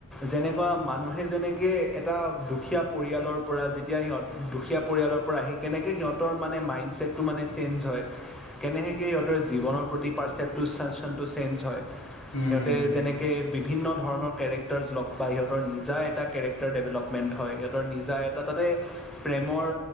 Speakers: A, in the centre; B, on the left.
A: যেনেকুৱা মানুহে যেনে -কে এটা দুখীয়া পৰিয়ালৰ পৰা যেতিয়া সিহঁত দুখীয়া পৰিয়ালৰ পৰা আহি কেনেকৈ সিহঁতৰ মানে মাইণ্ডছেট -টো মানে চেঞ্জ হয় কেনেকৈ সিহঁতৰ জীৱনৰ প্ৰতি পাৰ্চেপ্টচনটো চেঞ্জ হয়
B: হুম,
A: সিহঁতে
B: হুম, হুম,
A: যেনেকে বিভিন্ন ধৰণৰ কেৰেক্টাৰছ লগ পায়, সিহঁতৰ নিজা এটা কেৰেক্টাৰ ডেভেলপমেণ্ট হয়, সিহঁতৰ নিজা এটা, তাতে প্ৰেমৰ